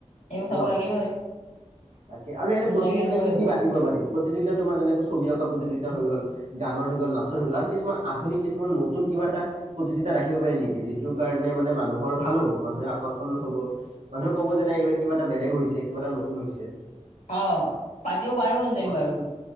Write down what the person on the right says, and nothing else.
ন
তাকে আৰু এনে
প্ৰতিযোগিতা
কি
কি পাতিব পাৰি প্ৰতিযোগিতা তোমাৰ যেনেকৈ ছবি অঁকা প্ৰতিযোগি তা হৈ গ'ল, গানৰ হৈ গ'ল, নাচৰ হৈ গ'ল আৰু কিছুমান আধুনিক কিছুমান নতুন কিবা এটা প্ৰতিযোগিতা ৰাখিব পাৰি নি? যিটোৰ কাৰণে মানে মানুহৰ ভাল হ'ব, মানুহে আকৰ্ষণ হ'ব, মানুহে ক'ব যেনে এইবাৰ কিবা এটা বেলেগ হৈছে, কিবা এটা নতুন হৈছে।
অ